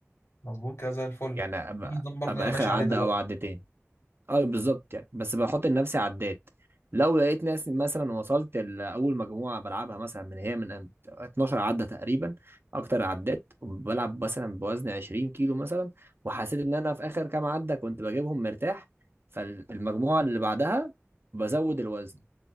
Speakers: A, on the left; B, on the right.
A: مظبوط كده زي الفل
B: يعني أبقى
A: ده النظام برضه
B: أبقى
A: اللي انا ماشي
B: آخر عدة
A: عليه دلوقتي
B: أو عدتين أه بالظبط يعني بس بحط لنفسي عدات لو لقيت ناس مثلا وصلت لأول مجموعة بلعبها مثلا من هي من 12 عدة تقريبا أكتر عدات وبلعب مثلا بوزن 20 كيلو مثلا وحسيت إن أنا في آخر كام عدة كنت بجيبهم مرتاح فالمجموعة اللي بعدها بزود الوزن